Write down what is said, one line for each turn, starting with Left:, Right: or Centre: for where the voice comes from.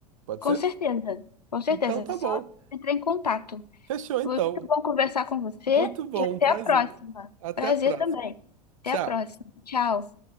Right: Pode
Left: Com
Right: ser?
Left: certeza. Com certeza.
Right: Então tá
Left: Eu Só
Right: bom.
Left: entrar em contato.
Right: Fechou então.
Left: Foi muito bom conversar com você
Right: Muito bom,
Left: e até
Right: um prazer.
Left: a próxima.
Right: Até
Left: Prazer
Right: a próxima.
Left: também. Até
Right: Tchau.
Left: a próxima. Tchau.